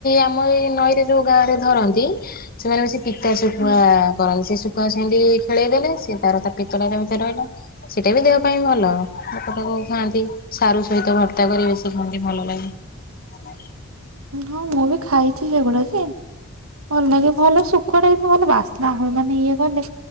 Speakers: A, on the left; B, on the right.
A: ଆମ ଏଇ ନଈରେ ଯୋଉ ଗା ରେ ଧରନ୍ତି। ସେମାନେ ବେଶୀ ପିତା ଶୁଖୁଆ
B: ହୁଁ
A: କରନ୍ତି ସେତେବେଳେ ସେମିତି ଖେଳେଇ ଦେଲେ ସେ ତାର ତା ପିତ ଟା ଯେମିତି ରହିଲା ସେଇଟା ବି ଦେହ ପାଇଁ ଭଲ ତାକୁ ଖାଆନ୍ତି। ସାରୁ ସହିତ ଭର୍ତ୍ତା କରି ବେଶୀ ଖାଆନ୍ତି, ଭଲ ଲାଗେ।
B: ହୁଁ ମୁଁ ବି ଖାଇଛି ସେଗୁଡା ଯେ। ଭଲ ଲାଗେ ଭଲ ସୁଖୁଆଟା କିନ୍ତୁ ଭଲ ବାସ୍ନା ହୁଏ। ମାନେ ଇଏ ଗଲେ